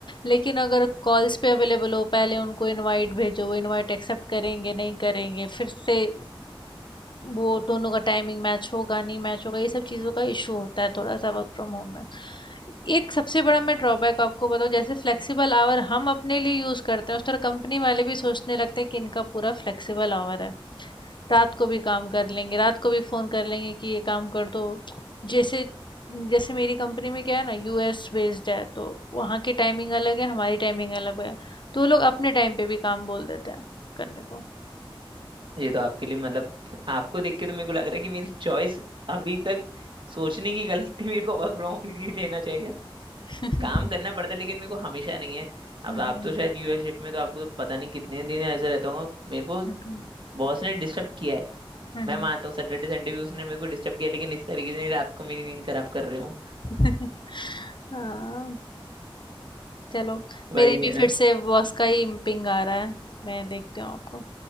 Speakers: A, on the left (about 55°); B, on the right (about 60°).
A: लेकिन अगर कॉल्स पे अवेलेबल हो पहले उनको इनवाइट भेजो वो इनवाइट एक्सेप्ट करेंगे नहीं करेंगे फिर से वो दोनों का टाइमिंग मैच होगा नहीं मैच होगा ये सब चीज़ों का इशू होता है थोड़ा सा वर्क फ्रॉम होम में एक सबसे बड़ा मैं ड्रॉबैक आपको बताऊँ जैसे फ्लेक्सिबल आवर हम अपने लिए यूज़ करते हैं उस तरह कंपनी वाले भी सोचने लगते हैं कि इनका पूरा फ्लेक्सिबल आवर है रात को भी काम कर लेंगे रात को भी फ़ोन कर लेंगे कि ये काम कर दो जैसे जैसे मेरी कंपनी में क्या है ना यूएस बेस्ड है तो वहाँ की टाइमिंग अलग है हमारी टाइमिंग अलग है तो वो लोग अपने टाइम पे भी काम बोल देते हैं करने को
B: ये तो आपके लिए मतलब <laughs> आपको देख के तो मेरे को लग रहा है कि मेरी चॉइस अभी तक सोचने की गलती <laughs> मेरे को वर्क फ्रॉम ऑफिस ही लेना चाहिए
A: <laughs>
B: काम करना पड़ता है लेकिन मेरे को हमेशा नहीं है अब
A: हुँ,
B: आप
A: हुँ।
B: तो शायद यूएस शिफ्ट में तो आपको तो पता नहीं कितने दिन ऐसा रहता होगा मेरे को
A: हुँ, हुँ।
B: बॉस ने डिस्टर्ब किया है
A: हुँ,
B: मैं
A: हुँ।
B: मानता हूँ सैटरडे संडे भी उसने मेरे को डिस्टर्ब किया लेकिन इस तरीके से नहीं रात को मेरी नींद खराब कर रहे हो
A: <laughs> हाँ, चलो
B: वही
A: मेरे भी
B: है ना
A: फिर से बॉस का ही पिंग आ रहा है। मैं देखती हूँ आपको।